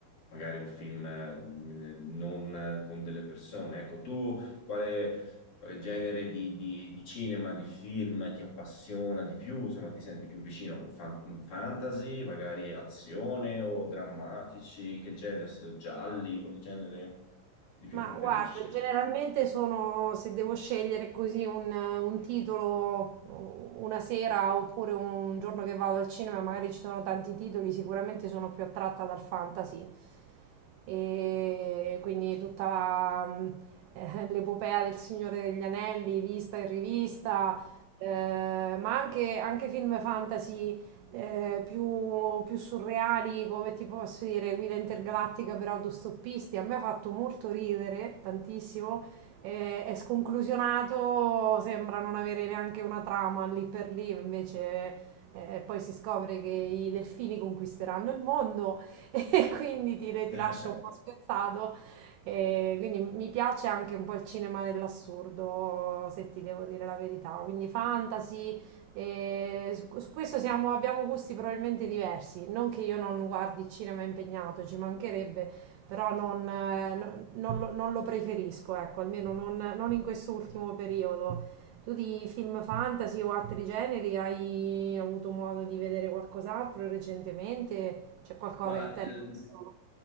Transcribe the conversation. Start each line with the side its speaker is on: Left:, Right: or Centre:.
Left: magari un film eh, non con delle persone. Ecco, tu quale, quale genere di, di- di cinema, di film ti appassiona di più? Insomma, ti senti più vicino? Fan- fantasy, magari azione o drammatici? Che genere? Se- Gialli? Quali genere di film
Right: Ma
Left: preferisci?
Right: guarda, generalmente sono, se devo scegliere così un, un titolo una sera oppure un giorno che vado al cinema, magari ci sono tanti titoli, sicuramente sono più attratta dal fantasy. E quindi tutta la, mh, eh, l'epopea del Signore degli Anelli, vista e rivista, eh, ma anche, anche film fantasy eh, più, più surreali, come ti posso dire, guida intergalattica per autostoppisti. A me ha fatto molto ridere, tantissimo. eh, è sconclusionato, sembra non avere neanche una trama lì per lì, invece. eh, poi si scopre che i delfini conquisteranno il mondo <laughs> e quindi ti, ti
Left: <laughs>
Right: lascia un po' spiazzato. E quindi mi piace anche un po' il cinema dell'assurdo, se ti devo dire la verità. Quindi fantasy, e su, su questo siamo- abbiamo gusti probabilmente diversi. Non che io non guardi il cinema impegnato, ci mancherebbe, però non, eh, no- non lo, non lo preferisco, ecco, almeno non, non in quest'ultimo periodo. Tu di film fantasy o altri generi hai avuto modo di vedere qualcos'altro recentemente? C'è qualcosa
Left: Ma
Right: che
Left: ehm,
Right: ti è rimasto?